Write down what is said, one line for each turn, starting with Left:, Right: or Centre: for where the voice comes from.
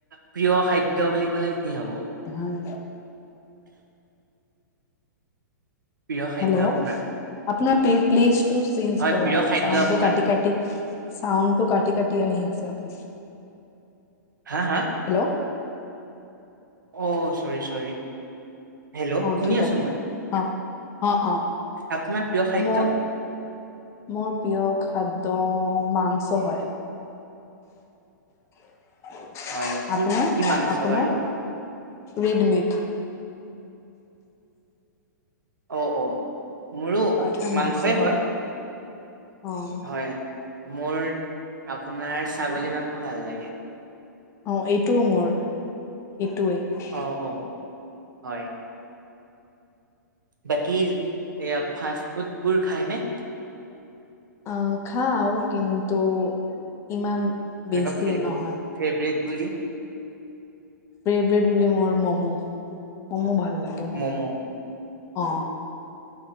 Right: প্ৰিয় খাদ্য বুলি ক'লে কি হব?
Left: <unintelligible>
Right: প্ৰিয় খাদ্য
Left: হেল্ল
Right: আপোনাৰ
Left: আপোনাৰ পি প্লিছটো চেনজ
Right: হয়
Left: কৰা
Right: প্ৰিয় খাদ্য
Left: চাউণ্ডটো
Right: আপোনাৰ
Left: কাটি কাটি চাউণ্ডটো কাটি কাটি আহি আছে আপোনাৰ।
Right: হা হা?
Left: হেল্ল'
Right: অ চৰি চৰি। হেল্লো'
Left: অ
Right: শুনি
Left: ঠিক
Right: আছো
Left: আছে
Right: মই।
Left: অ অ অ
Right: আপোনাৰ প্ৰিয় খাদ্য
Left: মোৰ মোৰ প্ৰিয় খাদ ত মাংস হয়। <inaudible>
Right: হয় কি
Left: আপোনাৰ
Right: কি মাংস
Left: আপোনাৰ
Right: বাৰু
Left: ৰেডিমেত
Right: অ অ মোৰো
Left: পাঠাৰ মাংস
Right: মাংসই হয়।
Left: অ',
Right: হয় মোৰ আপোনাৰ ছাগলী মাংস ভাল লাগে।
Left: অ এইটোও মোৰ এইটোৱেই।
Right: অ', অ', হয়। বাকী এয়া ফাষ্ট ফুডবোৰ খাইনে?
Left: অহ খাও কিন্তু ইমান বেছি
Right: এনেকুৱা ফে
Left: নহয়।
Right: ফেভৰেট বুলি
Left: ফেভৰেট বুলি মোৰ ম'ম' ম'ম' ভাল লাগে মোৰ
Right: ম'ম'।
Left: অ